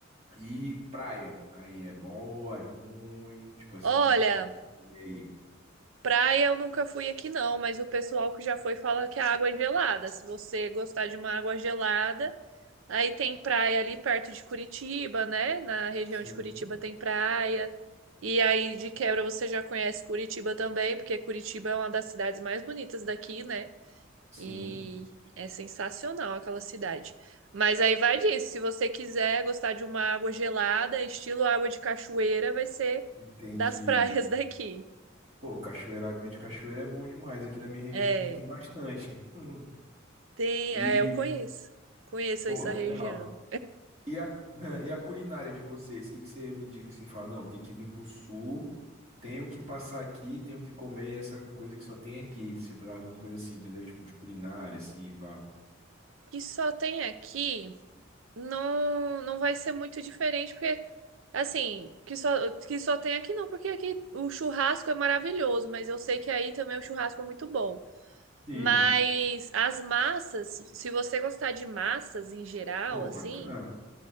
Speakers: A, on the right; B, on the right.
A: E praia, aí é boa, é ruim, tipo assim,
B: Olha,
A: o que que tem que fazer aí?
B: praia eu nunca fui aqui não, mas o pessoal que já foi fala que a água é gelada. Se você gostar de uma água gelada, aí tem praia ali perto de Curitiba, né? Na região
A: Sim.
B: de Curitiba tem praia. E aí de quebra você já conhece Curitiba também, porque Curitiba é uma das cidades mais bonitas daqui, né?
A: Sim,
B: E é sensacional aquela cidade. Mas aí vai disso, se você quiser gostar de uma água gelada, estilo água de cachoeira, vai ser
A: entendi.
B: das <laughs> praias daqui.
A: Pô, cachoeira, aguinha de cachoeira é bom demais, aqui na minha região
B: É,
A: aqui tem bastante. <laughs> Uhum.
B: tem,
A: E,
B: é, eu conheço. Conheço
A: pô,
B: essa
A: legal.
B: região.
A: E a, <laughs> e a culinária de vocês, o que que você me indica assim, fala, não, tem que vir pro sul, tenho que passar aqui, tenho que comer essa coisa que só tem aqui, se alguma coisa assim, entendeu? Tipo de culinária, assim, pá.
B: Que só tem aqui, não, não vai ser muito diferente, porque Assim, que só, que só tem aqui não, porque aqui o churrasco é maravilhoso, mas eu sei que aí também o churrasco é muito bom.
A: Sim,
B: Mas as massas, se você gostar de massas em geral,
A: pô,
B: assim,
A: bacana.